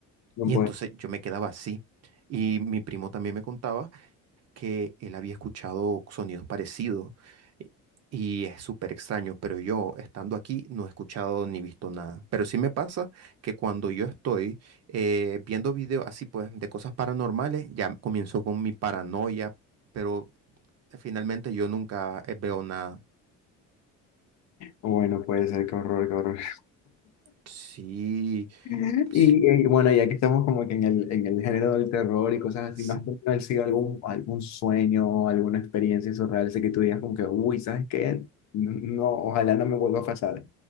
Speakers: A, on the left; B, on the right.
A: no
B: Y
A: puede.
B: entonces yo me quedaba así. Y mi primo también me contaba que él había escuchado sonidos parecidos eh, y es súper extraño, pero yo estando aquí no he escuchado ni visto nada. Pero sí me pasa que cuando yo estoy eh, viendo videos así pues de cosas paranormales, ya comienzo con mi paranoia, pero finalmente yo nunca eh, veo nada.
A: Bueno, puede ser, qué horror, qué horror.
B: Sí,
A: <laughs>
B: sí,
A: Y, eh, bueno, ya que estamos como que en el, en el género del terror y cosas así,
B: sí.
A: ¿no has tenido así algún, algún sueño, alguna experiencia surreal, así que tú digas como que, uy, ¿sabes qué? No, no, ojalá no me vuelva a pasar.